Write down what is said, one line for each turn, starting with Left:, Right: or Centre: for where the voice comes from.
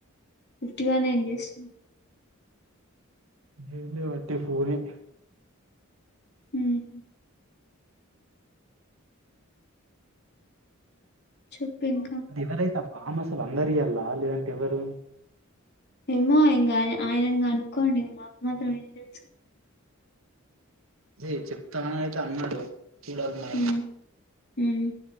Left: ఫిఫ్టీ వన్ ఏం చేస్తాం
Right: ఏం లే వట్టి ఫోర్ ఈ
Left: ఉమ్ చెప్పు ఇంక
Right: ఎవరైతే ఆ ఫామ్ అసలు అందరి ఇయ్యాలా లేదంటే ఎవరు
Left: ఏమో ఇంకా ఆయ ఆయనని కనుకోండి ఇంక మాకు మాత్రం ఏం తెలుసు
Right: దే చెప్తానని అయితే అన్నాడు చూడాలి మరి
Left: హ్మ్ హ్మ్